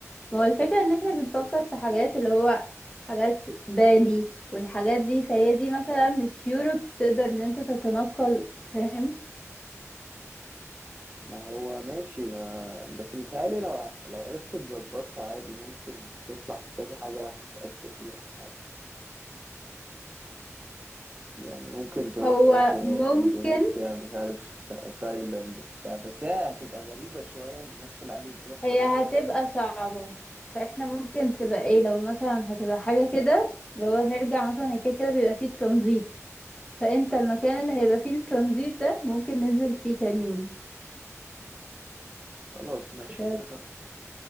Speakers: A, on the left; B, on the right.
A: ما هو الفكرة ان احنا بنفكر في حاجات اللي هو حاجات بالي والحاجات دي فهي دي مثلا مش يوروب تقدر ان انت تتنقل فاهم
B: ما هو ماشي ما بس متهيألي لو لو عرفت تظبطها عادي ممكن تطلع في كذا حاجة ناحية آسيا دي يعني عادي يعني ممكن تروح
A: هو
B: ماشي
A: ممكن
B: إندونيسيا مش عارف تايلاند بتاع بس هي هتبقى غريبة شوية الناس في العادي بتروح
A: هي
B: مكان
A: هتبقى
B: واحد
A: صعبة فاحنا ممكن تبقى ايه لو مثلا هتبقى حاجة كده اللي هو نرجع مثلا هي كده كده بيبقى فيه ترانزيت فانت المكان اللي هيبقى فيه الترانزيت ده ممكن ننزل فيه كام يوم
B: خلاص ماشي
A: كده
B: اتفقنا